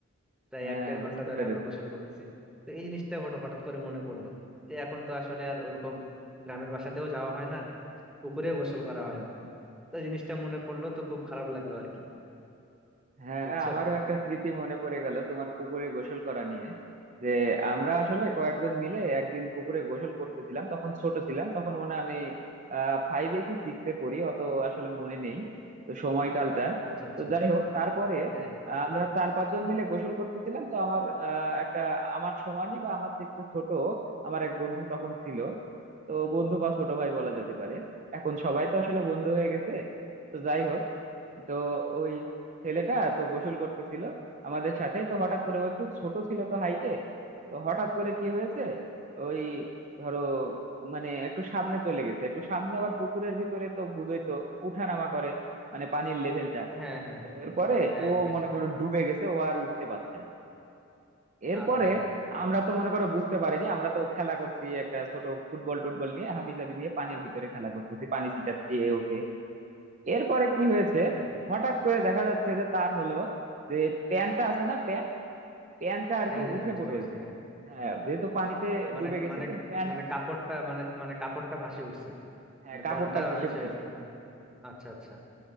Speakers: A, in the centre; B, on the right.
A: প্রায়
B: হ্যাঁ
A: এক দেড়
B: বুঝতে
A: ঘন্টা ধরে
B: পেরেছি
A: আমরা গোসল করতেছি তো এই জিনিসটা হঠাৎ হঠাৎ করে মনে পড়লো যে এখন তো আসলে আর ওরকম গ্রামের বাসাতেও যাওয়া হয় না পুকুরেও গোসল করা হয় না তো এই জিনিসটা মনে পড়লো তো খুব খারাপ লাগলো আর কি
B: হ্যাঁ
A: বুঝছো
B: আমারও একটা স্মৃতি মনে পড়ে গেল তোমার পুকুরে গোসল করা নিয়ে যে আমরা আসলে কয়েকজন মিলে একদিন পুকুরে গোসল করতেছিলাম তখন ছোট ছিলাম তখন মনে হয় আমি আহ ফাইভে কি সিক্সে পড়ি অত আসলে মনে নেই তো সময়কালটা
A: আচ্ছা আচ্ছা
B: তো যাই হোক তারপরে
A: হ্যাঁ
B: আহ, আমরা চার পাঁচজন মিলে গোসল করতেছিলাম তো আমার আহ, একটা আমার সমানই বা আমার থেকে একটু ছোট আমার এক বন্ধু তখন ছিল তো বন্ধু বা ছোট ভাই বলা যেতে পারে এখন সবাই তো আসলে বন্ধু হয়ে গেছে তো যাই হোক তো ওই ছেলেটা তো গোসল করতেছিল আমাদের সাথেই তো হঠাৎ করে ও একটু ছোট ছিল তো হাইটে তো হঠাৎ করে কি হয়েছে ওই ধরো মানে একটু সামনে চলে গেছে একটু সামনে আবার পুকুরের ভিতরে তো বুঝোই তো উঠানামা করে মানে পানির লেভেলটা
A: হ্যাঁ হ্যাঁ
B: তো এরপরে
A: হ্যাঁ
B: ও
A: বেশ
B: মনে করো ডুবে গেছে ও আর উঠতে পারছে না এরপরে
A: আহা
B: আমরা তো মনে করো বুঝতে পারিনি আমরা তো খেলা করছি একটা ছোট ফুটবল টুটবল নিয়ে হাবিজাবি নিয়ে পানির ভিতরে খেলা করতেছি পানি ছিটাচ্ছি এ ওকে এরপরে কি হয়েছে
A: হ্যাঁ
B: হঠাৎ করে দেখা যাচ্ছে যে তার হলো যে প্যান্টটা আছে না প্যান্ট প্যান্টটা আর
A: হ্যাঁ
B: কি
A: হ্যাঁ
B: উঠে
A: বুঝতে
B: পড়েছে
A: পারছি হ্যাঁ
B: হ্যাঁ যেহেতু পানিতে
A: মানে
B: ডুবে গেছে
A: মানে
B: প্যান্ট
A: মানে কাপড়টা মানে মানে কাপড়টা ভাসে উঠছে
B: হ্যাঁ
A: মানে
B: কাপড়টা
A: প্যান্টটা
B: ভেসে
A: হচ্ছে
B: উঠেছে
A: উম, আচ্ছা আচ্ছা